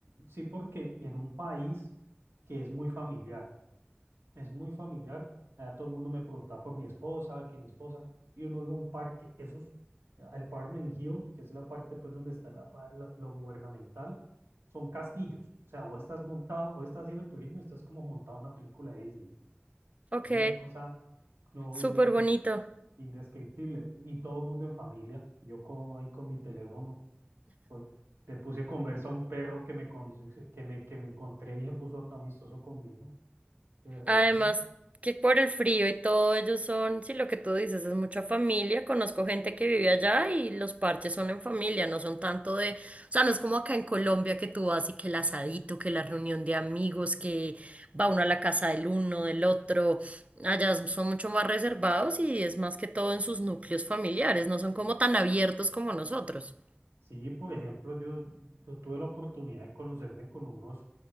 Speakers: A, on the right; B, on the right.
A: sí porque, y en un país que es muy familiar es muy familiar. Allá todo el mundo me preguntaba por mi esposa, que mi esposa, y uno iba a un parque, esos, al Parmen Hill, que es la parte pues donde está la, pa- lo, lo gubernamental, son castillos. O sea, vos estás montado, vos estás haciendo turismo y estás como montado en una película de Disney.
B: Ok,
A: Es una cosa no indescri-
B: súper bonito.
A: indescriptible. Y todo el mundo en familia, y yo co- ahí con mi teléfono, pues le puse conversa a un perro que me, cons- que me, que me encontré y se puso todo amistoso conmigo. De resto.
B: Además, que por el frío y todo, ellos son, sí, lo que tú dices, es mucha familia. Conozco gente que vive allá y los parches son en familia, no son tanto de, o sea, no es como acá en Colombia que tú vas y que el asadito, que la reunión de amigos, que va uno a la casa del uno, del otro. Allá son mucho más reservados y es más que todo en sus núcleos familiares, no son como tan abiertos como nosotros.
A: Sí, por ejemplo, yo, yo tuve la oportunidad de conocerme con unos